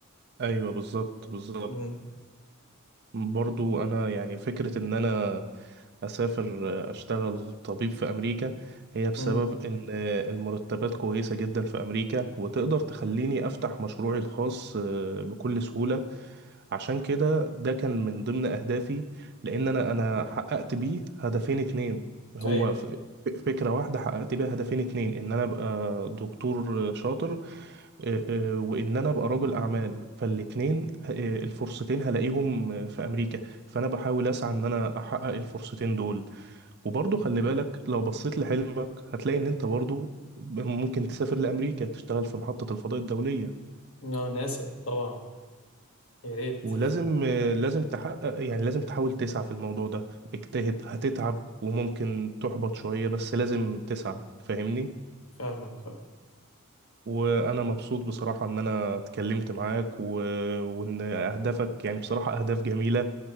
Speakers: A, on the right; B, on the left.
A: ايوه بالظبط بالظبط
B: مم.
A: برضو انا يعني فكرة ان انا اسافر آه، اشتغل طبيب في امريكا هي بسبب
B: مم.
A: ان المرتبات كويسة جدا في امريكا وتقدر تخليني افتح مشروعي الخاص آه، بكل سهولة عشان كده ده كان من ضمن أهدافي لأن أنا أنا حققت بيه هدفين اتنين هو
B: ايوه
A: ف- فكرة واحدة حققت بيها هدفين اتنين إن أنا أبقى دكتور شاطر آه، آه، وإن أنا أبقى رجل أعمال فالاتنين آه، الفرصتين هلاقيهم آه، في أمريكا فأنا بحاول أسعى إن أنا أحقق الفرصتين دول وبرضه خلي بالك لو بصيت لحلمك هتلاقي إن أنت برضه ممكن تسافر لأمريكا تشتغل في محطة الفضاء الدولية
B: لا ناسا طبعا يا ريت
A: ولازم لازم تحقق يعني لازم تحاول تسعى في الموضوع ده اجتهد هتتعب وممكن تحبط شوية بس لازم تسعى فاهمني
B: فاهمك فاهم
A: وانا مبسوط بصراحة ان انا اتكلمت معاك و... وان اهدافك يعني بصراحة اهداف جميلة